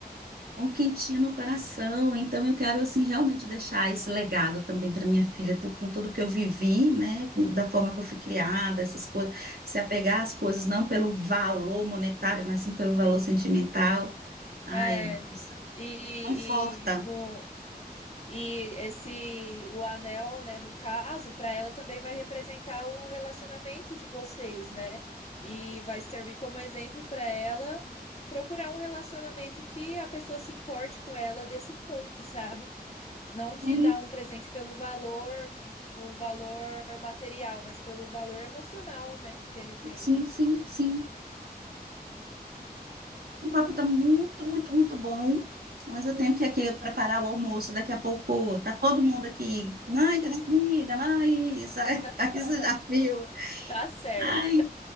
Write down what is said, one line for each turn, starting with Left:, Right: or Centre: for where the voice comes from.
Right: um quentinho no coração. Então eu quero assim realmente deixar esse legado também para minha filha, tô- com tudo que eu vivi, né, com- da forma que eu fui criada, essas coisas, se apegar às coisas não pelo valor monetário, mas sim pelo valor sentimental. Ai,
Left: é. E,
Right: conforta.
Left: e no, E esse o anel, né, no caso, para ela também vai representar o relacionamento de vocês, né? E vai servir como exemplo para ela procurar um relacionamento que a pessoa se importe com ela desse ponto, sabe? Não
Right: Sim,
Left: de dar um presente pelo valor, o valor material, mas pelo valor emocional, né, que ele tem.
Right: sim, sim, sim. O papo está muito, muito, muito bom. Mas eu tenho que aqui preparar o almoço. Daqui a pouco tá todo mundo aqui. Mãe, cadê a comida? Mãe, isso <laughs> aí
Left: <laughs>
Right: você já viu.
Left: Tá certo.
Right: Ai,